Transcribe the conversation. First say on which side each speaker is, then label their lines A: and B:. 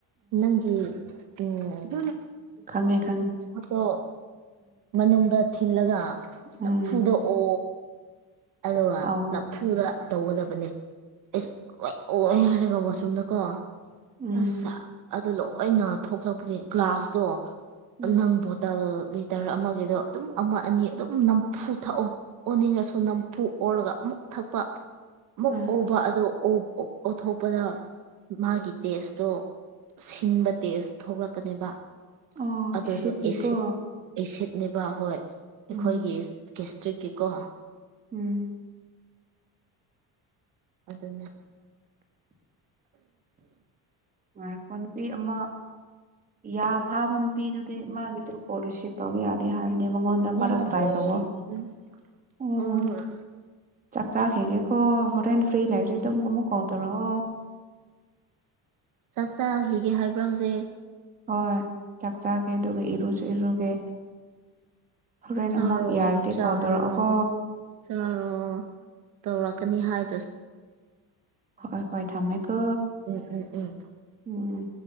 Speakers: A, on the right; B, on the right.
A: ꯅꯪꯒꯤ ꯎꯝ
B: ꯈꯪꯉꯦꯪ
A: ꯍꯠꯇꯣ ꯃꯅꯨꯡꯗ ꯊꯤꯜꯂꯒ
B: ꯎꯝ
A: ꯅꯝꯐꯨꯗꯣꯛꯑꯣ ꯑꯗꯨꯒ
B: ꯇꯧꯋꯣ
A: ꯅꯝꯐꯨꯗ ꯇꯧꯒꯗꯕꯅꯦ ꯑꯩꯁꯨ ꯑꯣꯏ ꯍꯥꯏꯔꯒ ꯋꯥꯁꯔꯨꯝꯗꯀꯣ
B: ꯎꯝ
A: ꯑꯁ ꯑꯗꯨ ꯂꯣꯏꯅ ꯊꯣꯛꯂꯛꯄꯒꯤ ꯒ꯭ꯂꯥꯁꯇꯣ
B: ꯎꯝ
A: ꯅꯪ ꯕꯣꯇꯜ ꯂꯤꯇꯔ ꯑꯃꯒꯤꯗꯣ ꯑꯗꯨꯝ ꯑꯃ ꯑꯅꯤ ꯑꯗꯨꯝ ꯅꯝꯐꯨ ꯊꯛꯑꯣ ꯑꯣꯅꯤꯡꯉꯁꯨ ꯅꯝꯐꯨ ꯑꯣꯔꯒ ꯃꯨꯛ ꯊꯛꯄ ꯃꯨꯛ
B: ꯑ
A: ꯑꯣꯕ ꯑꯗꯨ ꯑꯣꯠꯊꯣꯛꯄꯗ ꯃꯥꯒꯤ ꯇꯦꯁꯇꯣ ꯁꯤꯟꯕ ꯇꯦꯁ ꯊꯣꯛꯂꯛꯀꯅꯦꯕ
B: ꯑꯣ
A: ꯑꯗꯨꯗꯣ
B: ꯏꯁꯤꯠꯀꯤꯀꯣ
A: ꯑꯦꯁꯤꯠ ꯑꯦꯁꯤꯠ ꯕ ꯍꯣꯏ ꯑꯩꯈꯣꯏꯒꯤ
B: ꯎꯝ
A: ꯦꯁꯇ꯭ꯔꯤꯛꯀꯤꯀꯣ
B: ꯎꯝ
A: ꯑꯗꯨ
B: ꯉꯔꯛꯄ ꯅꯨꯄꯤ ꯑꯃ ꯌꯥ ꯐꯥꯕ ꯅꯨꯄꯤꯗꯨꯗꯤ ꯃꯥꯒꯤꯗꯨ ꯀꯣꯁꯤꯞ ꯇꯧ ꯌꯥꯗꯦ ꯍꯥꯏꯕꯅꯤ ꯃꯉꯣꯟꯗ ꯃꯔꯛ
A: ꯌꯥꯗꯦ
B: ꯇ꯭ꯔꯥꯏ ꯇꯋꯣ
A: ꯎꯝ
B: ꯎꯝ
A: ꯍꯣꯏ ꯍꯣꯏ
B: ꯆꯥꯛ ꯆꯥꯛ ꯍꯦꯒꯦꯀꯣ ꯍꯣꯔꯔꯦꯟ ꯐ꯭ꯔꯤ ꯂꯔ ꯑꯗꯨꯒꯃꯨ ꯀꯥꯎꯗꯔꯣ
A: ꯆꯥꯛ ꯆꯥꯈꯤꯒꯦ ꯍꯥꯏꯕ꯭ꯔꯥ ꯍꯧꯖꯤꯛ
B: ꯍꯣꯏ ꯆꯥꯛ ꯆꯥꯒꯦ ꯑꯗꯨꯒ ꯏꯔꯨꯁꯨ ꯏꯔꯨꯒꯦ ꯍꯣꯔꯦꯟ
A: ꯆꯥꯔꯣ
B: ꯑꯃꯨꯛ ꯌꯥꯔꯗꯤ
A: ꯆꯥꯔꯣ
B: ꯀꯣꯜ ꯇꯧꯔꯛꯑꯣꯀꯣ
A: ꯆꯥꯔꯣ ꯇꯧꯔꯛꯀꯅꯤ ꯍꯥꯏ
B: ꯍꯣꯏ ꯍꯣꯏ ꯊꯝꯃꯦꯀꯣ
A: ꯎꯝ ꯎꯝ ꯎꯝ
B: ꯎꯝ